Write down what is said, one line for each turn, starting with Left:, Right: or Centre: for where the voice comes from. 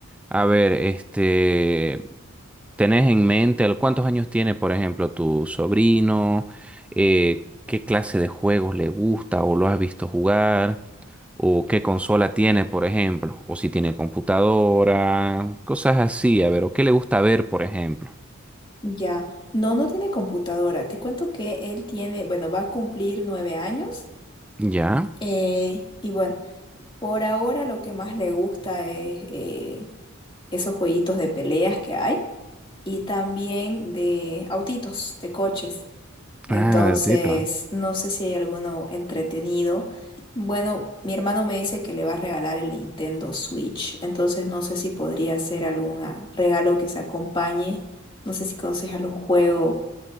Centre: A ver, este, ¿tenés en mente al- cuántos años tiene, por ejemplo, tu sobrino? Eh, ¿qué clase de juegos le gusta o lo has visto jugar? ¿O qué consola tiene, por ejemplo? ¿O si tiene computadora? Cosas así, a ver, ¿o qué le gusta ver, por ejemplo?
Left: Ya, no, no tiene computadora. Te cuento que él tiene, bueno, va a cumplir nueve años.
Centre: ¿Ya?
Left: eh, y bueno, por ahora lo que más le gusta es eh, esos jueguitos de peleas que hay y también de autitos, de coches. Entonces,
Centre: Ah, de Tito.
Left: no sé si hay alguno entretenido. Bueno, mi hermano me dice que le va a regalar el Nintendo Switch, entonces no sé si podría ser algún ah, regalo que se acompañe. No sé si conoces algún juego